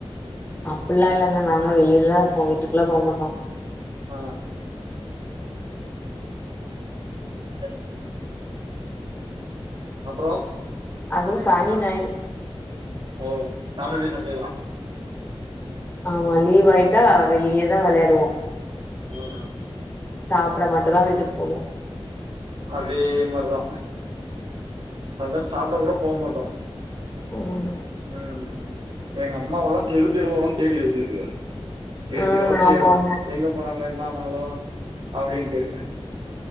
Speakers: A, on the left; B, on the right.
A: அப்டில்லா இல்லங்க நாங்க வெளியிலதா இருப்போ வீட்டுக்கு எல்லா போக மாட்டோ
B: ஆ <inaudible> அப்றோ
A: அதுவு சனி ஞாயிறு
B: ஓ சாட்டர்டே சண்டே தா
A: ஆமா லீவ் ஆயிட்டா வெளியேதா வெளையாடுவோ
B: ம்
A: சாப்ட மட்டு தா வீட்டுக்கு போவோ
B: அதே மாரிதா ரெண்டாவது சாப்ட கூட போ மாட்டோ
A: ம்
B: ம் எங்க அம்மாவெல்லா தெரு தெருவால தேடி வந்து இருக்கு தெரு
A: ம்
B: தெருவா தேடும்
A: ஆமா ஆமா
B: எங்க அப் போனாங்களே என்ன ஆனாங்களோ அப்டின்ட்டு